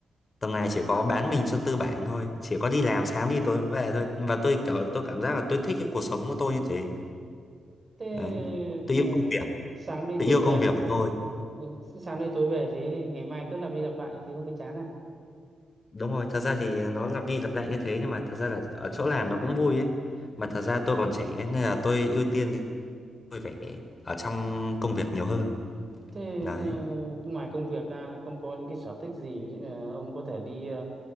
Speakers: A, on the left (about 35°); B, on the right (about 35°).
A: tầm này chỉ có bán mình cho tư bản thôi, chỉ có đi làm sáng đi tối về thôi. Và tôi kiểu tôi cảm giác là tôi thích cái cuộc sống của tôi như thế.
B: Thế
A: Đấy. Tôi
B: ừ,
A: yêu công việc,
B: sáng đi
A: tôi
B: tối
A: yêu
B: về
A: công việc của tôi.
B: ừ, sáng đi tối về thế thì ngày mai cứ lặp đi lặp lại như thế không thấy chán à?
A: Đúng rồi, thật ra thì nó lặp đi lặp lại như thế nhưng mà thật ra là ở chỗ làm nó cũng vui ấy. Mà thật ra tôi còn trẻ nên là tôi ưu tiên vui vẻ ở trong công việc nhiều hơn
B: Thế
A: đấy
B: ừ, ngoài công việc ra không có những cái sở thích gì Ví dụ như là ông có thể đi ờ,